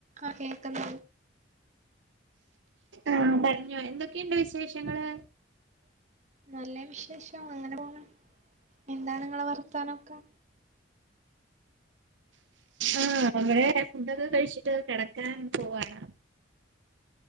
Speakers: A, on the right; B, on the right.
A: ആ കേൾക്കുന്നു
B: ആഹ് പറഞ്ഞോ എന്തൊക്കെയുണ്ട് വിശേഷങ്ങള്
A: നല്ല വിശേഷം അങ്ങനെ പോണ് എന്താണിങ്ങളെ വർത്താനൊക്കെ
B: ആഹ് അവിടെ ഫുഡൊക്കെ കഴിച്ചിട്ട് കെടക്കാൻ പോവാണ്